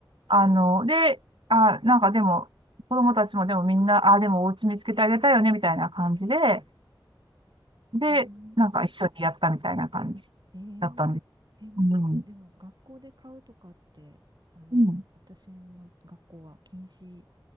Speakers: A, on the right (about 80°); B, on the right (about 55°).
A: あの、で、あ、なんかでも、子供たちもでもみんな、あ、でもお家見つけてあげたいよね、みたいな感じで、で、
B: うん、
A: なんか一緒にやったみたいな感じだったんです。
B: えええ、なんかでも学校で買うとかって、
A: うん。
B: あの、
A: うん。
B: 私の学校は禁止